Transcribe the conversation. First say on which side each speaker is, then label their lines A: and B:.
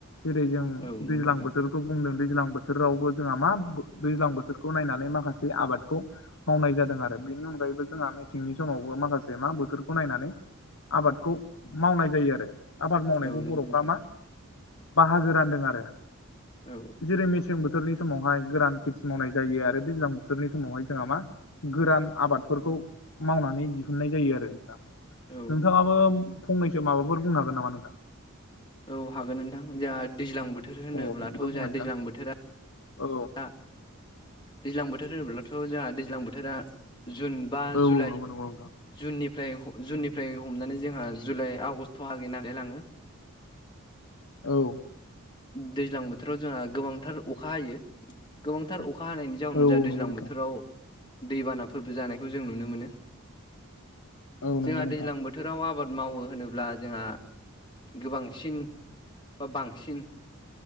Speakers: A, on the left; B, on the left.
A: जेरै जों
B: औ नंगौ
A: दैज्लां
B: नोंथां
A: बोथोरखौ बुंदों दैज्लां बो- -थोरावबो जोंहा मा दैज्लां बोथोरखौ नायनानै माखासे आबादखौ मावनाय जादों आरो बेनि अनगायै बो जोंहा मेसेंनि समावबो माखासे मा बोथोरखौ नायनानै आबादखौ मावनाय जायो आरो आबाद मावनायखौ
B: औ नंगौ
A: बर'फ्रा
B: नोंथां
A: मा बाहागो रानदों आरो
B: औ
A: जेरै मेसें बोथोरनि समावहाय गोरान खेथि मावनाय जायो आरो दैज्लां बोथोरनि समावहाय जोंहा मा गोरान आबादफोरखौ मावनानै दिहुननाय जायो आरो नोंथा
B: औ
A: नोंथाङाबो फंनैसो माबाफोर बुं हागोन नामा नोंथां
B: औ हागोन नोंथां जोंहा दैज्लां बोथोर होनोब्लाथ'
A: अ बिदिबा बुंलाय
B: जोंहा
A: नोंथां
B: दैज्लां बोथोरा
A: औ
B: दा दैज्लां बोथोर होनोब्लाथ' जोंहा दैज्लां बोथोरा जुन बा
A: औ
B: जुलाइ
A: नंगौ नंगौ नोंथां
B: जुननिफ्राय जुननिफ्राय हमनानै जोंहा जुलाइ आगष्ट लागै नाङैलाङो।
A: औ
B: दैज्लां बोथोराव जोंहा गोबांथार अखा हायो गोबांथार अ अखा हानायनि जाउनाव
A: औ औ
B: ज दैज्लां
A: नंगौ नोंथां
B: बोथोराव दैबानाफोरबो जानायखौ जों नुनो मोनो।
A: औ नंगौ
B: जोंहा
A: नोंथां
B: दैज्लां बोथोराव आबाद मावो होनोब्ला जोंहा गोबांसिन बा बांसिन